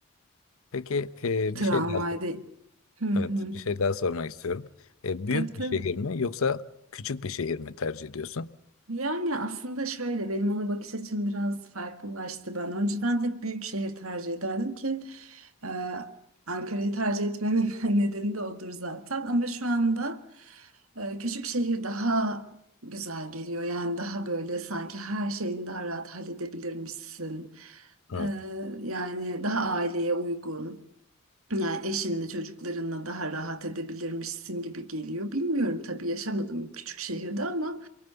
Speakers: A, on the left (about 75°); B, on the right (about 80°).
A: Peki e,
B: tramvayda.
A: bir şey daha
B: Hı hı.
A: Evet, bir şey daha sormak istiyorum. E, büyük
B: Tabii tabii.
A: bir şehir mi yoksa küçük bir şehir mi tercih ediyorsun?
B: Yani aslında şöyle benim ona bakış açım biraz farklılaştı. Ben önceden hep büyük şehir tercih ederdim ki e, Ankara'yı tercih etmemin <laughs> nedeni de odur zaten. Ama şu anda e, küçük şehir daha güzel geliyor. Yani daha böyle sanki her şeyini daha rahat halledebilirmişsin.
A: Evet.
B: E, yani daha aileye uygun. Yani eşinle çocuklarınla daha rahat edebilirmişsin gibi geliyor. Bilmiyorum tabii yaşamadım küçük şehirde ama